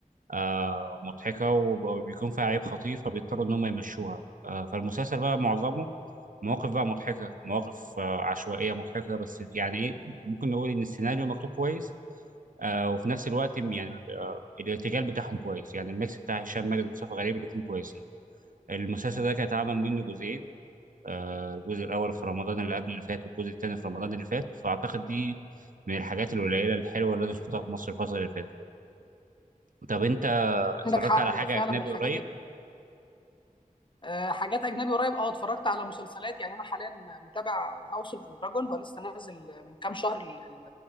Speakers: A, on the right (about 65°); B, on the left (about 35°).
A: آه، مضحكه وب- وبيكون فيها عيب خطير فبيضطروا ان هم يمشوها آه، فالمسلسل بقى معظمه مواقف بقى مضحكة مواقف آه، عشوائية مضحكة بس يعني ايه ممكن نقول ان السيناريو مكتوب كويس آه وفي نفس الوقت يعني آه الارتجال بتاعهم كويس يعني الميكس بتاع هشام ماجد ومصطفى غريب الاثنين كويسين المسلسل ده كان اتعمل منه جزئين آه الجزء الاول في رمضان اللي قبل اللي فات والجزء الثاني في رمضان اللي فات فاعتقد دي من الحاجات القليلة الحلوة اللي انا شفتها في مصر الفترة اللي فاتت طب انت اتفرجت
B: عندك حق
A: على
B: هو
A: حاجة
B: فعلا
A: اجنبي
B: الحاجات
A: قريب
B: آه، حاجات اجنبي قريب اه اتفرجت على مسلسلات يعني انا حاليا متابع هاوس اوف ذا دراجون هو لسه نازل من كام شهر ال- ال-